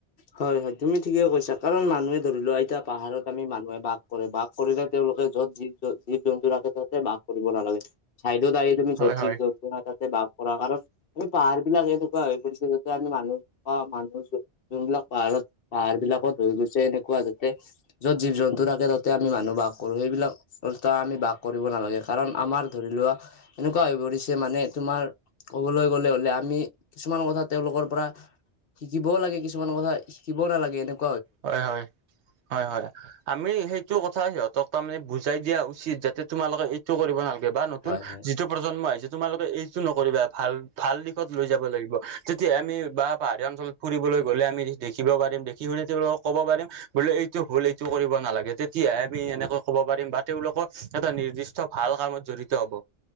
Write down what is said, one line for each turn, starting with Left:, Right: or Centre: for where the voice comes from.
Left: হয় হয় তুমি ঠিকে কৈছা কাৰণ মানুহে ধৰি লোৱা এইতা পাহাৰত আমি মানুহে বাস কৰে বাস কৰিলে তেওঁলোকে য'ত জীৱ জীৱ জন্তু ৰাখে তাতে বাস কৰিব নালাগে চাইদত আহি তুমি
Right: হয়
Left: জত
Right: হয়
Left: জি ক তাতে বাস কৰা কাৰণ আমি পাহাৰ বিলাক এনেকুৱা হৈ পৰিছে যাতে আমি মানুহ অ মানুহ চু- যোনবিলাক পাহাৰত পাহাৰ বিলাকত হৈ গৈছে এনেকুৱা যাতে যত জীৱ জন্তু থাকে তাতে আমি মানুহ বাস কৰো সেইবিলাক আৰু তা আমি বাস কৰিব নালাগে কাৰণ আমাৰ ধৰি লোৱা এনেকুৱা হৈ পৰিছে মানে তোমাৰ ক'বলৈ গ'লে হলে আমি কিছুমান কথা তেওঁলোকৰ পৰা শিকিবও লাগে। কিছুমান কথা শিকিব নালাগে এনুক-
Right: হয় হয়। হয় হয় আমি সেইটো কথা সিহঁতক তাৰমানে বুজাই দিয়া উচিত যাতে তোমালোকে এই- টো কৰিব নালাগে বা নতুন
Left: হয় হয়
Right: যিটো প্ৰজন্ম আহিছে তোমালোকে এইটো নকৰিবা ভাল ভাল দিশত লৈ যাব লাগিব। তেতিয়া আমি বা পাহাৰীয়া অঞ্চল ফুৰিবলৈ গ'লে আমি দেখিব পাৰিম দেখি শুনি তেওঁলোকক ক'ব পাৰিম বোলে এইটো ভুল এইটো কৰিব নালাগে তেতিয়াহে আমি এনেকৈ ক'ব পাৰিম বা তেওঁলোকক এটা নিৰ্দিষ্ট ভাল কামত জড়িত হ'ব।